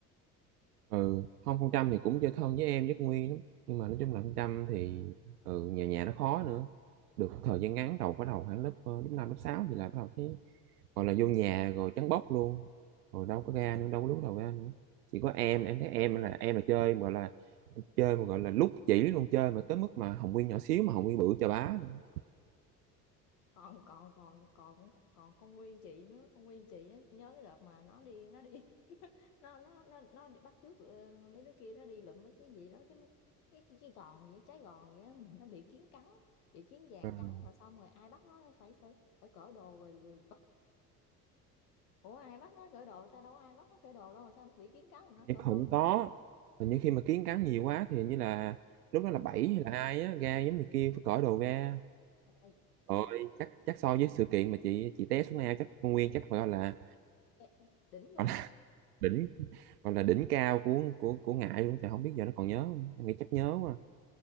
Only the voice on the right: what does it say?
ừ không con Trâm thì cũng chơi thân với em với con Nguyên lắm nhưng mà nói chung là con Trâm thì ừ, nhà nhà nó khó nữa được một thời gian ngắn đầu bắt đầu khoảng lớp ờ, lớp năm lớp sáu thì là bắt đầu thấy gọi là vô nhà rồi trắng bóc luôn rồi đâu có ra nữa đâu có lúc đầu ra nữa chỉ có em
em thấy em là em là chơi gọi là chơi mà gọi là lúc chỉ luôn chơi mà tới mức mà Hồng Nguyên nhỏ xíu mà Hồng Nguyên bự chà bá luôn.
À.
nhưng
không
có nhưng khi
mà kiến
cắn nhiều quá thì hình như là lúc đó
là
bảy hay là ai á ra giống như kia phải cởi đồ ra
Rồi chắc chắc so với sự kiện mà chị chị té xuống ao chắc con Nguyên chắc phải gọi là
gọi là
<laughs> đỉnh gọi là đỉnh cao của của của Ngại luôn trời không biết giờ nó còn nhớ không em nghĩ chắc nhớ quá